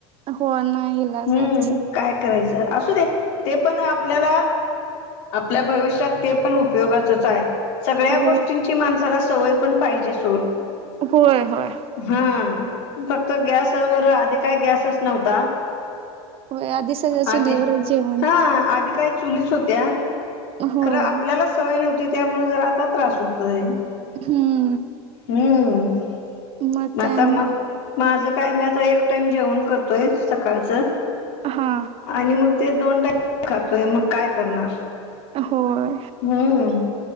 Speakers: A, on the right (about 40°); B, on the left (about 70°).
A: हो नाही ईलाज
B: हम्म
A: आहे आता सगळं
B: काय करायचं, असू दे ते पण आपल्याला आपल्या भविष्यात ते पण उपयोगाचच आहे. सगळ्या
A: हो
B: गोष्टींची माणसाला सवय पण पाहिजे सोड.
A: होय होय
B: हा फक्त गॅसवर आधी काय गॅसचा नव्हता.
A: होय आधी सगळं
B: आधी
A: चुलीवरच जेवण
B: हा आधी काय. चुलीच होत्या
A: होय
B: खरं आपल्याला सवय नव्हती त्यामुळे जरा आता त्रास होतोय.
A: हम्म.
B: हम्म,
A: मग काय
B: आता
A: आणि
B: मग. माझं काय मी आता एक टाइम जेवण करतोय सकाळचं.
A: हा
B: आणि मग ते दोन टाईम खातोय मग काय करणार.
A: होय
B: हम्म